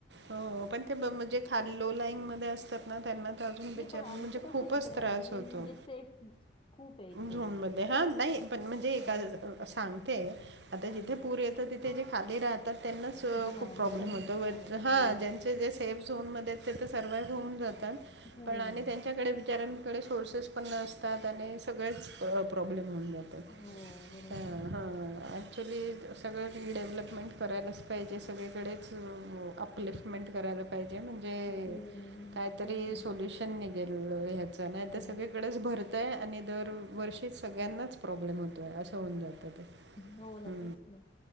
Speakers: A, on the right; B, on the left.
A: हो पण ते ब म्हणजे खाल लो लाईनमध्ये असतात ना त्यांना अजून बिचारी
B: नाही पण आमचं
A: म्हणजे
B: कसं
A: खूपच
B: आहे इकडे
A: त्रास
B: आम्ही
A: होतो
B: म्हणजे सेफ खूप आहे इकडे
A: झोन
B: आम्ही.
A: मध्ये हा नाही पण म्हणजे एका
B: हम्म.
A: असं सांगते आता जिथे
B: हम्म
A: पूर येतो तिथे जे खाली राहतात त्यांनाच अ
B: हा ना
A: खूप प्रॉब्लेम
B: बिचाऱ्यांचेच
A: होतो वरचं
B: हाल होतात
A: हा
B: हो
A: ज्यांचे जस सेफ झोनमध्ये ते तर सर्वाइव्ह होऊन जातात
B: हम्म.
A: पण आणि त्यांच्याकडे बिचाऱ्यान इकडे सोर्सेस पण नसतात आणि सगळेच प्र प्रॉब्लेम होऊन जातात
B: हो बरोबर
A: हा
B: आहे
A: हा ॲक्च्युली असं सगळं ही डेव्हलपमेंट करायलाच पाहिजे सगळीकडेच अ अपलिसमेंट करायला पाहिजे म्हण ते
B: हम्म
A: कायतरी
B: तेच ना
A: सोल्युशन निघेल ह्याच नाय
B: हो.
A: त सगळे इकडच भरतय आणि दरवर्षी सगळ्यांनाच प्रॉब्लेम होतोय असं होऊन जातं ते
B: हो ना
A: हूं
B: तेच ना